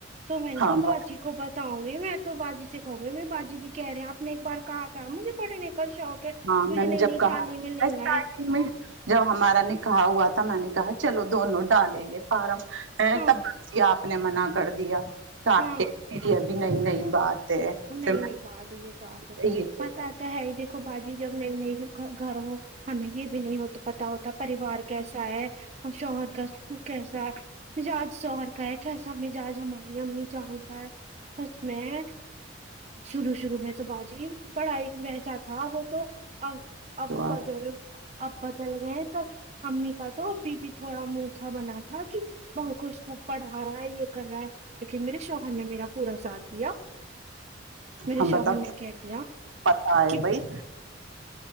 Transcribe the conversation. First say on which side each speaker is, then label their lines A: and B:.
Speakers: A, on the right (about 35°); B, on the right (about 80°).
A: تو میں نے
B: ہاں
A: کہ باجی کو بتاؤں گی میں تو باجی سے کہوں گی باجی بھی کہہ رہے ہیں آپ نے ایک بار کہا مجھے پڑھنے کا شوق ہے
B: ہاں
A: مجھے
B: میں نے
A: نئی
B: جب
A: نئی
B: کہا
A: تعلیمیں لینا
B: اسٹارٹنگ
A: ہے
B: میں جب ہمارا نکاح ہوا تھا میں نے کہا چلو دونوں ڈالیں گے فارم ہے
A: ہاں
B: تب آپ نے منع کر دیا تو آپ
A: ہاں
B: کہ ابھی نئی نئی بات ہے
A: نہیں
B: پھر
A: نہیں بات ہے یہ تو آپ
B: یہ
A: پتہ ہے ہی دیکھو باجی جب نہیں گھر ہو ہمیں یہ بھی نہیں ہوتا پتا ہوتا پریوار کیسا ہے اور شوہر کا کیسا ہے مجج شوہر کا کہ کیسا مزاج ہماری امی جان کا ہے سچ میں شروع شرو میں تو باجی پڑھائی ویسا تھا وہ تو ا اب بدل
B: آپ
A: اب بدل گئے سب امی کا تو ابھی بھی تھوڑا منہ تھا بنا تھا کہ بہو کو اسکول پڑھا رہا ہے یہ کر رہا ہے لیکن میرے شوہر نے میرا پورا ساتھ دیا میرے
B: ہم
A: شوہر
B: بتاؤ
A: نے کہہ دیا
B: پتا ہے
A: کہ
B: بھائی